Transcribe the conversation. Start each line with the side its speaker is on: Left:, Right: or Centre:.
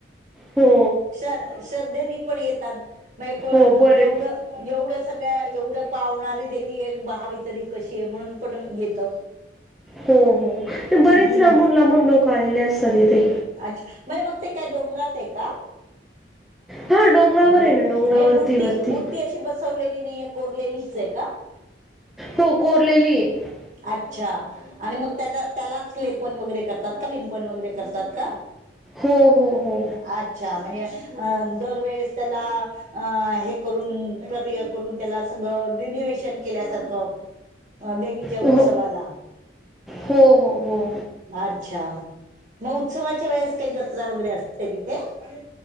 Centre: हो
Right: श श्रद्धेनी पण येतात म एवढं
Centre: हो बरेच
Right: एवढं सगळ्या एवढं पावणारी देवी आहे पाहावी तरी कशी आहे म्हणून पण येत.
Centre: हो हो,
Right: हम्म
Centre: बरेच लांबून लांबून लोक आलेले असतात इथे.
Right: अच्छा, म्हणे मग ते काय डोंगरात आहे का?
Centre: हा डोंगरावर
Right: म्हणजे
Centre: आहे ना
Right: म्हणजे
Centre: डोंगरावरती
Right: मूर्ती
Centre: वरती
Right: मूर् ती अशी बसवलेली नाही कोरलेलीच आहे का?
Centre: हो कोरलेली आहे
Right: अच्छा आणि मग त्या त्यालाच लेपन वगैरे करतात का लिंपन वगैरे कर तात का?
Centre: हो हो हो!
Right: अच्छा म्हणजे अ दरवेेळेस त्याला अं हे करून प्रक्रिया करून त्याला सगळं रिन्युवेशन केल्यासारखं अ देवीच्या
Centre: हो
Right: उत्सवाला.
Centre: हो हो हो
Right: अच्छा मग उत्सवाच्या वेळेस काही जत्रा वगैरे असते ति? <inaudible>